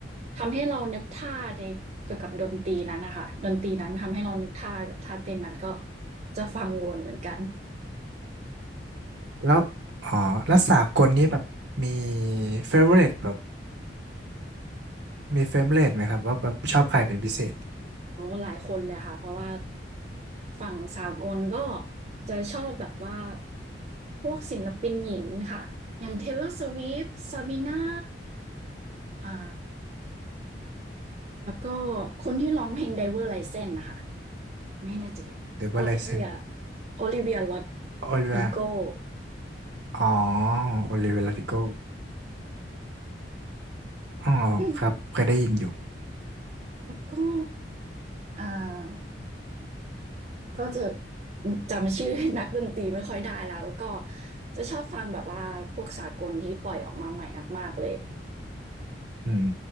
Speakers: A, on the right; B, on the right.
A: ทำให้เรานึกท่าในเกี่ยวกับดนตรีนั้นน่ะค่ะดนตรีนั้นทำให้เรานึกท่าท่าเต้นนั้นก็จะฟังวนเหมือนกัน
B: แล้ว อ๋อแล้วสากลนี้แบบมีเฟเวอร์เแบบมีเฟเวอร์เไหมครับว่าแบบชอบใครเป็นพิเศษ
A: โอ้หลายคนเลยค่ะ เพราะว่าฝั่งสากลก็จะชอบแบบว่าพวกศิลปินหญิงค่ะ อย่าง Taylor Swift Sabrina อ่าแล้วก็คนที่ร้องเพลง Driver's License น่ะค่ะไม่แน่ใจ
B: เดวิ l
A: Olivia
B: ไลเซน
A: Olivia Rodrigo
B: โอลิเวอ๋อโอลิเวลาติโกอ๋อครับเคยได้ยินอยู่
A: อืมแล้วก็อ่าก็จะอืมจำชื่อนักดนตรีไม่ค่อยได้แล้ว แล้วก็จะชอบฟังแบบว่าพวกสากลที่ปล่อยออกมาใหม่มากๆเลย
B: อืม